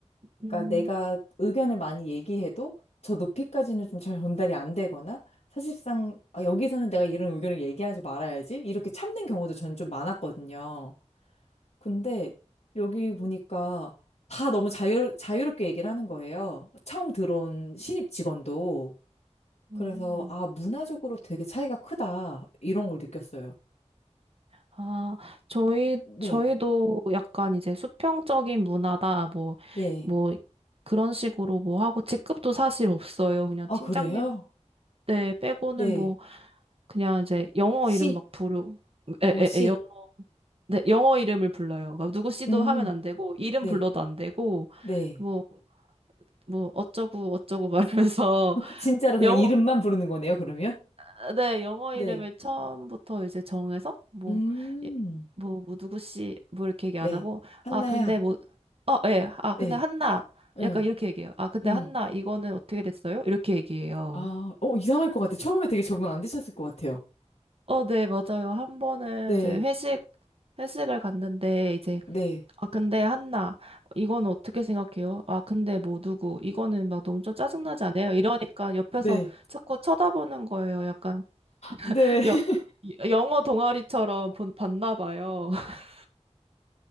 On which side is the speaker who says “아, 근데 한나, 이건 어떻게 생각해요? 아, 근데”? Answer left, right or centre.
Right